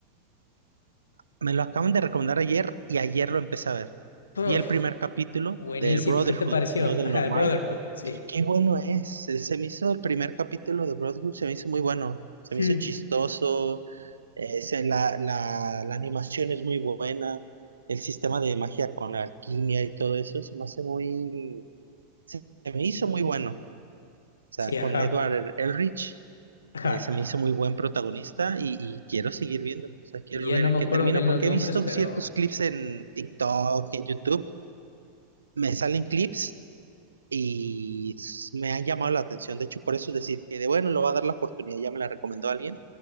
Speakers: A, on the right (about 75°); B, on the left (about 70°).
A: Me lo acaban de recomendar ayer y ayer lo empecé a ver.
B: Uf,
A: Vi el primer capítulo
B: buenísimo,
A: del Brotherhood,
B: ¿qué te pareció?
A: no del
B: Ajá,
A: normal,
B: el Brotherhood, sí,
A: y qué bueno es. El- Se me hizo el primer capítulo de Brotherhood, se me hizo muy bueno, se
B: Sí.
A: me hizo chistoso, eh, se- la, la, la animación es muy buena, el sistema de magia con alquimia y todo eso se me hace muy, se me hizo muy bueno. O sea,
B: sí,
A: con
B: ajá,
A: Edward Elrich
B: ajá.
A: eh, se me hizo muy buen protagonista y, y quiero seguir viéndolo. O sea, quiero
B: Ya
A: ver
B: no me
A: qué
B: acuerdo
A: termina,
B: bien
A: porque
B: los nombres,
A: he visto
B: pero
A: ciertos clips en TikTok, en YouTube, me salen clips y s- me han llamado la atención. De hecho, por eso es decir que de bueno, lo va a dar la oportunidad, ya me la recomendó alguien,